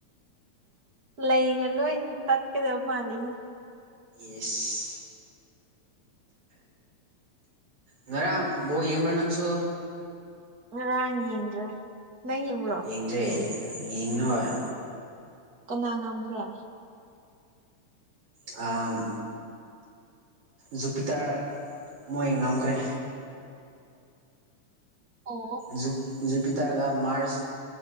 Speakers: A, on the right; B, on the right.
A: ꯂꯩꯒ ꯂꯣꯏ ꯇꯠꯀꯗꯕ ꯃꯥꯜꯂꯤꯍꯦ
B: ꯏꯁ ꯉꯔꯥꯡ ꯕꯣ ꯌꯦꯡꯕ꯭ꯔꯥ ꯅꯪꯁꯨ
A: ꯉꯔꯥꯡ ꯌꯦꯡꯟꯗꯔꯦ ꯅꯪ ꯌꯦꯡ
B: ꯌꯦꯡꯗ꯭ꯔꯦ ꯌꯦꯡꯅꯣꯏ
A: ꯀꯅꯥ ꯉꯝꯈ꯭ꯔꯦ
B: ꯑꯥꯝ ꯖꯨꯄꯤꯇꯔ ꯃꯣꯏ ꯉꯝꯈ꯭ꯔꯦ
A: ꯑꯣ
B: ꯖꯨꯞ ꯖꯨꯄꯤꯇꯔꯒ ꯃꯥꯔꯁ